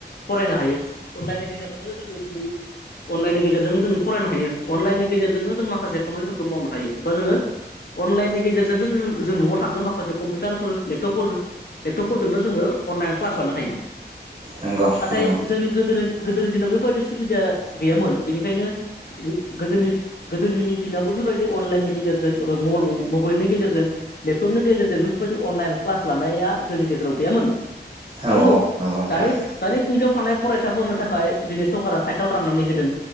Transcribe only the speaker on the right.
नंगौ
नंगौ
औ
औ नंगौ नोंथां